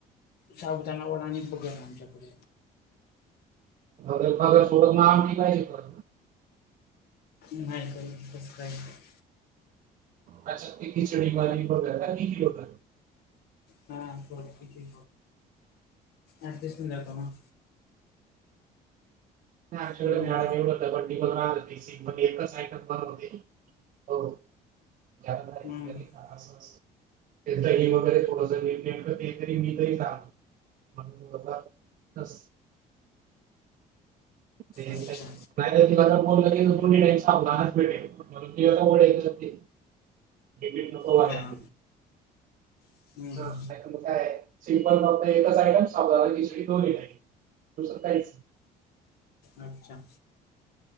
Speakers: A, on the left; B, on the right.
A: साबुदाणा वडा आणि बघर आमच्याकड.
B: बगर बागल मग तिलाच येतो.
A: नाही कर सबस्क्राब कर.
B: अ खिचडी मारी वगैरे काली होत.
A: हा, ब ठीके अ दिन द ना.
B: नाही आमच्याकडे
A: हम्म.
B: मेळा मिवबड्डी पण राह हो सि पणच सायट बंद होते, हो. <unintelligible>
A: हम्म
B: ते दही वगैरे थोडंस नेमकं ते तरी सांग. <unintelligible> <unintelligible> नाही
A: अच्छा
B: तर बोलदो साबूधानाच भेटलल. हेलेट नको
A: हा
B: वाय
A: हा
B: आपण.
A: हम्म
B: <unintelligible> मग काय सिंपल फक्त एकच आहेयम सावधसडी दोन ह दुसरं काहीच नाही. <unintelligible>
A: अच्छा